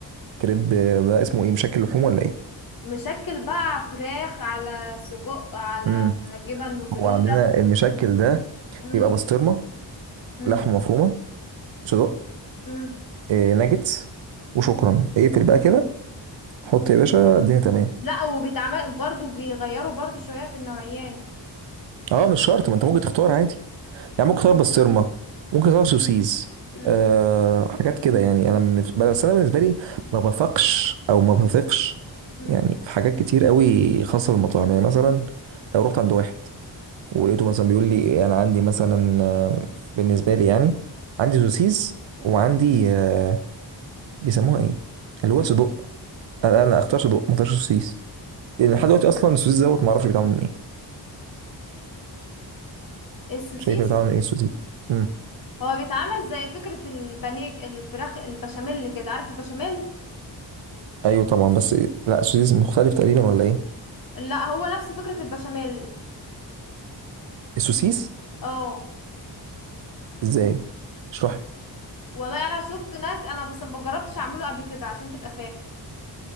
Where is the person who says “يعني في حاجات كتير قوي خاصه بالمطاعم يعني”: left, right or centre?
Right